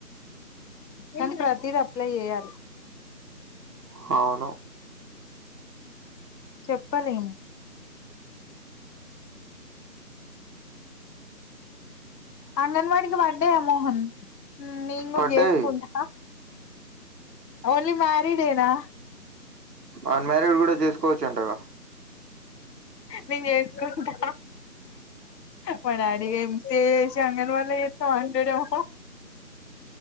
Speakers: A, on the left; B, on the right.
A: కానీ ప్రతీది అప్లై చేయాలి.
B: హవును
A: చెప్పలేమ్ అంగన్వాడికి వడ్డయా మోహన్ నేను కూడా
B: పడ్డాయి.
A: చేసుకుంటా ఓన్లీ మ్యారీడేనా
B: అన్మారీడ్ కూడా చేసుకోవచ్చు అంటగా
A: నేను చేసుకుంటా మా డాడీ ఎంసిఎ చేసి అంగన్ వాడి చేత్త అంటాడేమో